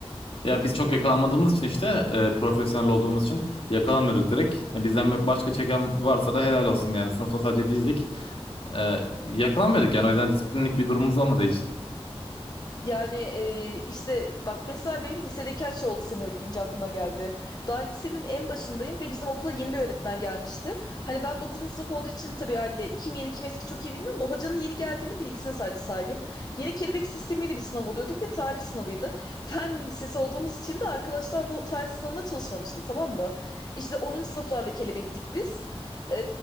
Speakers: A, on the left (about 60°); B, on the left (about 40°).
A: Ya biz çok yakalanmadığımız için işte e, profesyonel olduğumuz için yakalanmıyorduk direkt. E, bizden başka çeken varsa da helal olsun yani sınıfta sadece bizdik. E, yakalanmıyorduk yani o yüzden disiplinlik bir durumumuz olmadı hiç.
B: Yani e, işte bak mesela benim lisedeki her şey oldu sen öyle deyince aklıma geldi. Daha lisenin en başındayım ve bizim okula yeni bir öğretmen gelmişti. Hani ben 9. sınıf olduğu için tabii haliyle kim yeni kim eski çok iyi bilmiyorum da hocanın yeni geldiğini bilgisine sadece sahibim. Yeni kelebek sistemiyle bir sınav oluyorduk ve tarih sınavıydı. Fen lisesi olduğumuz için de arkadaşlar bu tarih sınavına çalışmamıştı tamam mı? İşte 10. sınıflarla kelebektik biz. E,